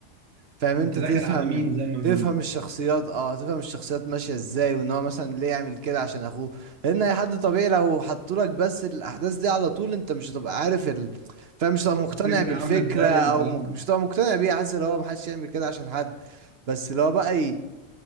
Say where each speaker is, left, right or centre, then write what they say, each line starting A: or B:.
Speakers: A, on the right; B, on the right.
A: فاهم انت
B: انت داخل
A: تفهم
B: على مين زي ما
A: تفهم
B: بيقولوا
A: الشخصيات اه تفهم الشخصيات ماشيه ازاي وان هو مثلا ليه يعمل كده عشان اخوه لان اي حد طبيعي لو حطولك بس الاحداث دي على طول انت مش هتبقى عارف ال... فاهم مش هتبقى مقتنع
B: الفكره
A: بالفكره
B: عامله ازاي
A: او
B: والكلام
A: مك...
B: ده
A: مش هتبقى مقتنع بيها حاسس ان هو محدش يعمل كده عشان حد بس لو بقى ي...